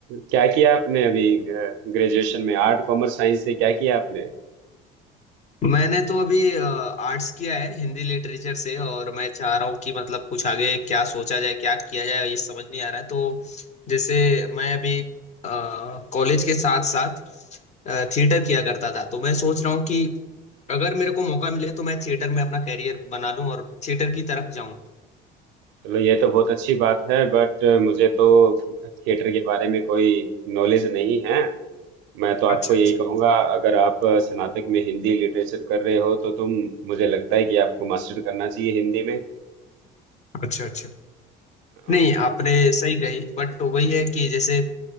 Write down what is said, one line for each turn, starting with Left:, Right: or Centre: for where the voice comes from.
Right: क्या किया आपने अभी ग्रेजुएशन में आर्ट कॉमर्स साइंस से क्या किया आपने
Left: मैंने तो अभी आर्ट्स किया है हिंदी लिटरेचर से और मैं चाह रहा हूँ कि मतलब कुछ आगे क्या सोचा जाए क्या किया जाए ये समझ नहीं आ रहा है तो जैसे मैं अभी कॉलेज के साथ साथ थिएटर किया करता था तो मैं सोच रहा हूँ कि अगर मेरे को मौका मिले तो मैं थिएटर में अपना करियर बना लूँ और थिएटर की तरफ जाऊँ
Right: चलो ये तो बहुत अच्छी बात है बट मुझे तो थिएटर के बारे में कोई नॉलेज नहीं है मैं तो आपको
Left: अच्छा
Right: यही
Left: अच्छा
Right: कहूँगा अगर आप स्नातक में हिंदी लिटरेचर कर रहे हो तो तुम मुझे लगता है कि आपको मास्टर करना चाहिए हिंदी में
Left: अच्छा अच्छा
Right: हाँ
Left: नहीं आपने सही कही बट वही है कि जैसे